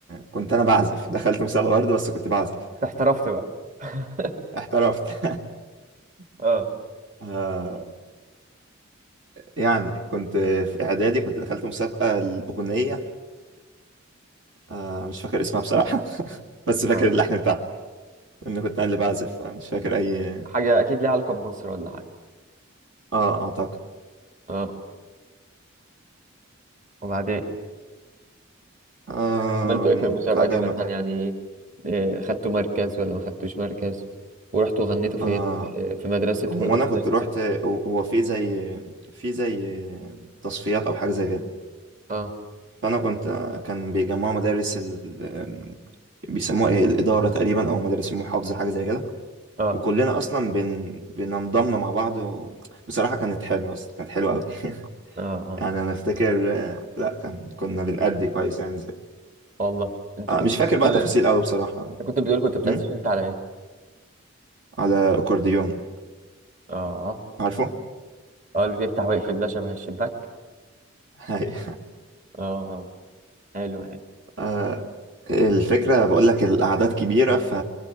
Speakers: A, on the right; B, on the right.
A: كنت انا بعزف دخلت مسابقه برضه بس كنت بعزف
B: احترفت بقى <laughs>
A: احترفت <laughs>
B: اه
A: آه، يعني كنت في اعدادي كنت دخلت مسابقه الاغنيه آه، مش فاكر اسمها بصراحه <laughs> بس فاكر
B: اه
A: اللحن بتاعها لان كنت انا اللي بعزف مش فاكر اي
B: حاجه اكيد ليها علاقه بمصر ولا حاجه
A: اه اعتقد
B: اه وبعدين
A: آم،
B: عملتوا ايه في المسابقة
A: حاجه
B: دي
A: م...
B: مثلا يعني آه، خدتوا مركز ولا ما خدتوش مركز ورحتوا غنيتوا فين
A: آه
B: آه، في مدرستكم
A: هو
B: ولا
A: انا
B: في
A: كنت
B: مدرسة
A: روحت
B: تانية
A: هو في زي في زي تصفيات او حاجه زي كده
B: اه
A: فانا كنت كان بيجمعوا مدارس ال... بيسموها ايه الاداره تقريبا او مدارس المحافظه حاجه زي كده
B: اه
A: وكلنا اصلا بن... بننضم مع بعض و... بصراحه كانت حلوه اصلا كانت حلوه قوي <laughs>
B: اه اه
A: يعني انا افتكر لا كان كنا بنأدي كويس يعني زي.
B: والله انت
A: آه،
B: كنت
A: مش
B: بتقول
A: فاكر بقى تفاصيل قوي بصراحه
B: انت كنت بتقول كنت بتعزف
A: أمم؟
B: انت على ايه
A: على اكورديون
B: اه
A: عارفه
B: اه اللي بيفتح ويقفل ده شبه الشباك
A: <laughs> هاي
B: اه آه. حلو حلو
A: آه، الفكرة بقول لك الأعداد كبيرة ف